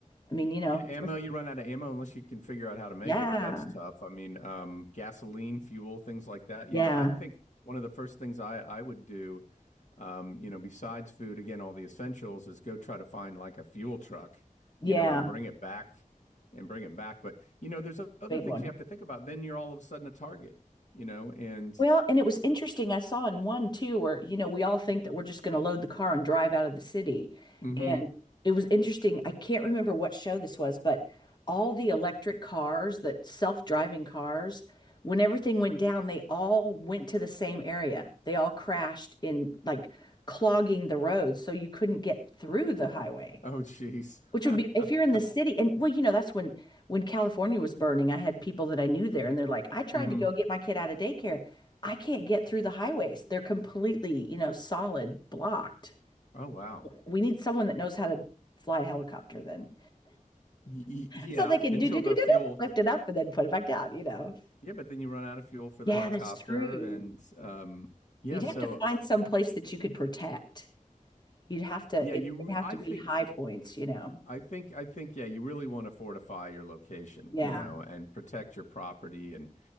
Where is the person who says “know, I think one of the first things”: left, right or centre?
Left